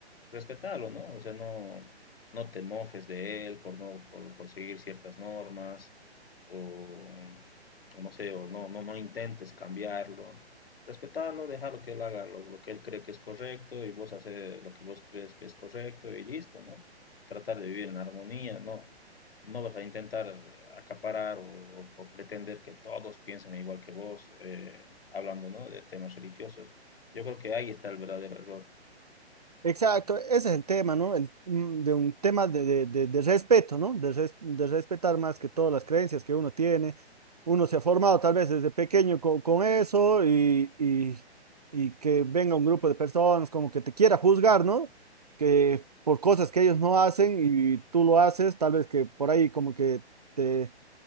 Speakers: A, on the left; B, on the right.
A: respetalo ¿no? O sea, no, no te mofes de él por no, por, por seguir ciertas normas, o, o no sé, o no, no, no intentes cambiarlo respetarlo, dejarlo que él haga lo, lo que él cree que es correcto y vos haces lo que vos crees que es correcto y listo, ¿no? Tratar de vivir en armonía, ¿no? No vas a intentar acaparar o, o pretender que todos piensen igual que vos, eh, hablando, ¿no? De temas religiosos. Yo creo que ahí está el verdadero error.
B: Exacto, ese es el tema, ¿no? El, mm, de un tema de, de- de- de respeto, ¿no? De, res- de respetar más que todas las creencias que uno tiene. Uno se ha formado tal vez desde pequeño co- con, eso y, y- y que venga un grupo de personas como que te quiera juzgar, ¿no? Que por cosas que ellos no hacen y tú lo haces, tal vez que por ahí como que te,